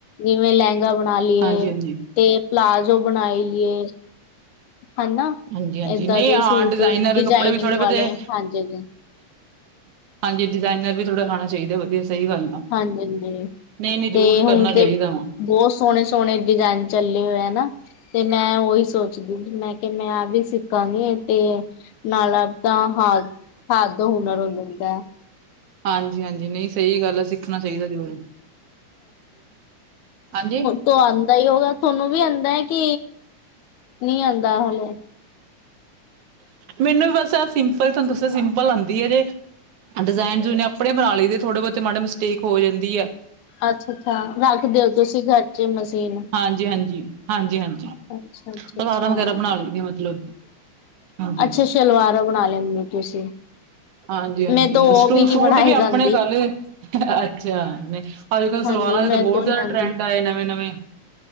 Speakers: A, on the left; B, on the right.
A: ਜਿਵੇਂ ਲਹਿੰਗਾ ਬਣਾ ਲਈਏ
B: ਹਾਂਜੀ ਹਾਂਜੀ
A: ਤੇ ਪਲਾਜ਼ੋ ਬਣਾਈ ਲਈਏ ਹਨਾ
B: ਹਾਂਜੀ-ਹਾਂਜੀ,
A: ਏਦਾਂ
B: ਨਈ
A: ਦੇ
B: ਹਾਂ
A: ਸੂਟ
B: ਡਿਜ਼ਾਇਨਰ
A: ਡਿਜ਼ਾਇਨਿੰਗ
B: ਕੱਪੜੇ ਵੀ ਥੋੜੇ
A: ਵਾਲੇ
B: ਬੋਤੇ
A: ਹਾਂਜੀ ਹਾਂਜੀ
B: ਹਾਂਜੀ ਡਿਜ਼ਾਇਨਰ ਵੀ ਥੋੜ੍ਹਾ ਆਣਾ ਚਾਹੀਦਾ ਵਧੀਆ ਸਹੀ ਗੱਲ ਆ
A: ਹਾਂਜੀ-ਹਾਂਜੀ
B: ਨਹੀਂ ਨਹੀਂ ਜ਼ਰੂਰ
A: ਤੇ
B: ਕਰਨਾ
A: ਹੁਣ ਤੇ
B: ਚਾਹੀਦਾ ਵਾ
A: ਬੋਤ ਸੋਹਣੇ ਸੋਹਣੇ ਡਿਜ਼ਾਇਨ ਚੱਲੇ ਹੋਏ ਆ ਨਾ ਤੇ ਮੈਂ ਓਹੀ ਸੋਚ ਮੈਂ ਕਿਹਾ ਮੈਂ ਆ ਵੀ ਸਿੱਖਾਂਗੀ ਤੇ ਨਾਲ ਅ ਤਾਂ ਹਾਰ ਹਾਥ ਦਾ ਹੁਨਰ ਹੋ ਜਾਂਦਾ ਐ।
B: ਹਾਂਜੀ-ਹਾਂਜੀ ਨਈ ਸਹੀ ਗੱਲ ਆ। ਸਿੱਖਣਾ ਚਾਹੀਦਾ ਜ਼ਰੂਰ, ਹਾਂਜੀ।
A: ਤੋ ਆਂਦਾ ਹੋਗਾ ਤੁਆਨੂੰ ਵੀ ਆਂਦਾ ਐ ਕਿ ਨੀ ਆਂਦਾ ਤੁਹਾਨੂੰ
B: ਮੈਨੂੰ ਵੀ ਬਸ ਆ ਸਿੰਪਲ ਤੁਹਾਨੂੰ ਦੱਸੋ ਸਿੰਪਲ ਆਦੀ ਹੈ ਜੇ। ਡਿਜ਼ਾਇਨ ਡੁਜਾਇ ਆਪਣੇ ਬਣਾ ਲਈ ਦੇ ਥੋੜੇ ਬੋਤੇ ਮਾੜਾ ਮਿਸਟੇਕ ਹੋ ਜਾਂਦੀ ਐ।
A: ਅੱਛਾ-ਅੱਛਾ ਰੱਖ ਦਿਓ ਤੁਸੀਂ ਘਰ ਚ ਮਸ਼ੀਨ
B: ਹਾਂਜੀ-ਹਾਂਜੀ, ਹਾਂਜੀ-ਹਾਂਜੀ
A: ਅੱਛਾ-ਅੱਛਾ-ਅੱਛਾ
B: ਸਲਵਾਰਾਂ
A: ਅੱਛਾ
B: ਵਗੈਰਾ ਬਣਾ ਲੈਂਦੀਆਂ ਮਤਲਬ
A: ਅੱਛਾ
B: ਹਾਂਜੀ
A: ਅੱਛਾ ਸ਼ਲਵਾਰਾਂ ਬਣਾ ਲੈਂਦੇ ਤੁਸੀਂ
B: ਹਾਂਜੀ-ਹਾਂਜੀ
A: ਮੈਂ ਤਾਂ ਉਹ
B: ਸਟੂ
A: ਨੀ
B: ਸੂਟ
A: ਬਣਾਈ
B: ਵੀ ਆਪਣੇ
A: ਜਾਂਦੀ
B: ਕਲ ਅੱਛਾ ਨ, ਅੱਜ-ਕੱਲ ਸਲਵਾਰਾਂ
A: ਹਾਂਜੀ
B: ਦੇ
A: ਮੈਂ
B: ਤਾਂ ਬੋਤ
A: ਤੋਂ
B: ਜ਼ਆਦਾ
A: ਨੀ ਆਉਂਦੀ
B: ਟਰੈਂਡ ਆਏ ਨਵੇਂ-ਨਵੇਂ।